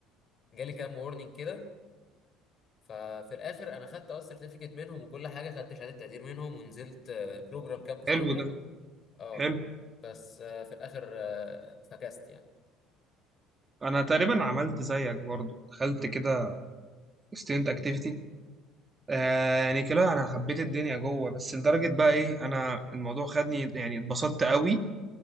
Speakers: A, on the left; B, on the right.
A: جالي كام وورنينج كده ففي الاخر انا خدت اه السيرتيفيكت منهم وكل حاجه خدت شهاده تقدير منهم ونزلت بروجرام كامبس
B: حلو
A: بروجرام
B: ده
A: اه
B: حلو
A: program campus program. آه، بس آه في الاخر آه فكست يعني
B: انا تقريبا عملت زيك برضو دخلت كده student activity
A: مم.
B: آه يعني كده انا حبيت الدنيا جوه بس لدرجة بقى ايه انا الموضوع خدني يعني اتبسطت قوي